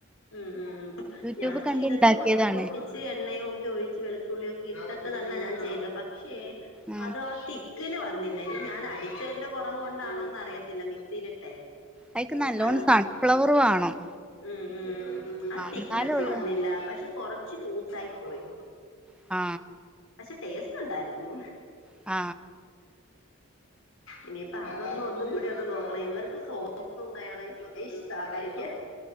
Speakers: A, on the left (about 85°); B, in the centre.
A: ഉം ഉം
B: യൂട്യൂബ്
A: ഞാൻ
B: കണ്ട്
A: ചെയ്തത്
B: ഉണ്ടാക്കിയതാണ്
A: മുട്ട പൊട്ടിച്ച് എണ്ണയും ഒക്കെ ഒഴിച്ച് വെളുത്തുള്ളിയൊക്കെ ഇട്ട് ഇ തന്നെ ഞാൻ ചെയ്ത പക്ഷേ
B: ആ
A: അത് മക്കൽ വന്നില്ല ഇനി ഞാൻ അടിച്ചതിന്റെ കുറവ് കൊണ്ടാണോന്ന് അറിയത്തില്ല മിക്സിയിലിട്ടെ
B: അയിക്ക്
A: <unintelligible>
B: നല്ലോണം സൺഫ്ലവർ വേണം
A: മ് ഉ ആ തിക്നെസ്സ്
B: എന്നാലേ ഉള്ളൂ
A: വന്നില്ല പക്ഷെ കൊറച്ച് ലൂസ ആയി പോയി
B: ആ
A: പക്ഷെ ടേസ്റ്റ് ഉണ്ടായിരുന്നു
B: ആ
A: ഇനിയിപ്പ അതൊന്ന ഒന്നും കൂടി അത് നോക്കണം ഇവർക്ക് സോസും മയനായ്‌സ് ഒക്കെ ഇഷ്ട കഴിക്കാൻ